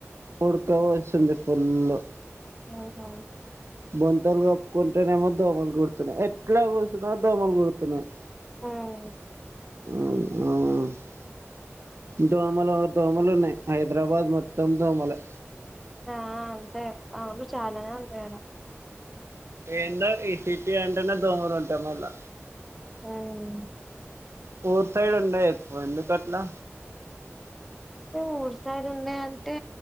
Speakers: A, on the right; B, in the centre.
A: ఉడక ఓస్తుంది ఫుల్లు
B: ఓహో
A: బొంతలు కప్పుకుంటేనేమో దోమలు కుడుతున్నాయి, ఎట్లా గసున్నా దోమలు కుడుతున్నాయి.
B: ఉహ్
A: అవునా దోమలో దోమలున్నాయ్. హైదరాబాద్ మొత్తం దోమలే.
B: ఆ అంతే అవును చాలానే ఉంటాయి ఆడా
A: ఏందో ఈ సిటీ అంటేనే దోమలు ఉంటాయి మళ్ళా
B: అవును
A: ఫోర్ సైడ్ ఉండవు ఎక్కవ్ ఎందుకట్లా
B: ఊర్ సైడ్ ఉన్నా అంటే